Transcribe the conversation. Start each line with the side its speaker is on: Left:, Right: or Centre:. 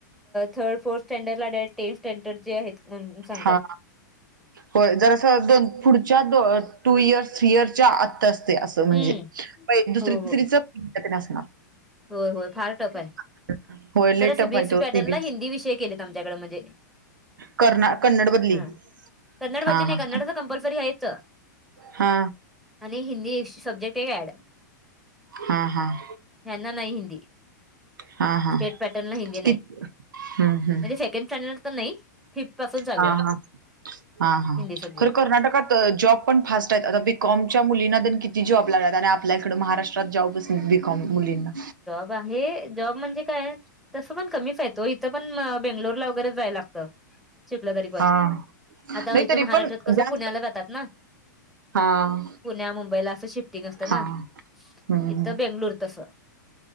Centre: थर्ड फोर्थ स्टॅंडर्ड ला डायरेट टेन्थ स्टँडर्ड जे आहेत <unintelligible>
Right: हा होय. जरा अस दोन पुढच्या दो टू इयर् थ्री इयरच्या आतच. ते अस म्हणजे.
Centre: हम्म
Right: प दुसरी
Centre: हो
Right: तिसरीच
Centre: हो
Right: <unintelligible>
Centre: होय. होय. फार टफ ए.
Right: <inaudible>
Centre: खर
Right: टफ
Centre: सि बी
Right: आहे
Centre: एस ई
Right: तो
Centre: पॅटर्नला
Right: सीबीएस
Centre: हिंदी विषय केलेत आमच्याकडे. म्हणजे-
Right: कर्ना कन्नड मधली
Centre: हं. कन्नड
Right: हा
Centre: मधले नाही.
Right: हा
Centre: कन्नडच कंपल्सरी आहेच.
Right: हा.
Centre: आणि हिंदी <unintelligible> सबजेक्ट एक ऍड.
Right: हां. हां.
Centre: ह्यांना नाही हिंदी.
Right: हा हा
Centre: स्टेट पॅटर्नला हिंदी
Right: कित
Centre: नाही.
Right: हम्म हम्म
Centre: म्हणजे सेकंड स्टँडर्ड तर नाही. फिफ्थ पासून चालू
Right: हा
Centre: आहे.
Right: हा हां. हां.
Centre: हिंदी सब्जेक्ट
Right: खर कर्नाटकात- जॉब पण फास्ट आहेत. आता बी कॉमच्या मुलींना तेन किती जॉब लागलेत आणि आपल्या इकडे महाराष्ट्रात जॉबच - क मुूलींना.
Centre: बाहेर जॉब म्हणजे काय? तसं पण कमीच हायेतं हो. इथं पण बेंगलोरला वगैरे जायला लागतं. शिकलं तरी पण.
Right: हां.
Centre: आता
Right: नाही
Centre: इथं
Right: तरी
Centre: महाराष्ट्रात
Right: पण
Centre: कसं
Right: जास्त
Centre: पुण्याला जातात ना?
Right: हां
Centre: पुण्या मुंबईला असं शिफ्टिंग असतं
Right: हां.
Centre: ना?
Right: हम्म.
Centre: इथं बेंगलुर तस.